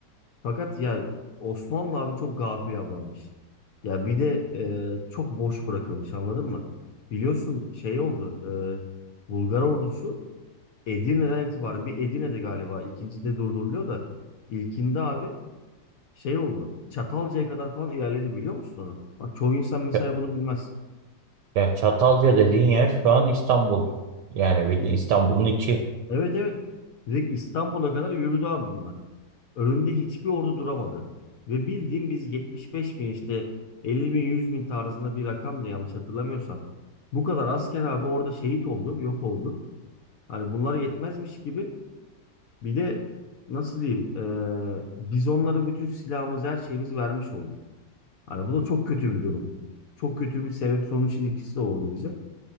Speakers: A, on the left (about 65°); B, on the right (about 75°).
A: Fakat ya Osmanlı abi çok gafil avlanmış. Ya bir de e, çok boş bırakılmış anladın mı? Biliyorsun şey oldu. e, Bulgar ordusu Edirne'den itibaren bir Edirne'de galiba ikinci de durduruluyor da ilkinde abi şey oldu. Çatalca'ya kadar falan ilerledi biliyor musun onu? Bak çoğu insan mesela
B: Ç-
A: bunu bilmez.
B: Ya Çatalca dediğin yer şu an İstanbul. Yani bildiğin İstanbul'un içi.
A: Evet evet. Direkt İstanbul'a kadar yürüdü abi bunlar. Önünde hiçbir ordu duramadı. Ve bildiğim biz 75 bin işte 50 bin 100 bin tarzında bir rakamdı yanlış hatırlamıyorsam. Bu kadar asker abi orada şehit oldu, yok oldu. Hani bunlara yetmezmiş gibi bir de nasıl diyeyim eee, biz onlara bütün silahımızı her şeyimizi vermiş olduk. Hani bu da çok kötü bir durum. Çok kötü bir sebep sonuç ilişkisi de oldu bize.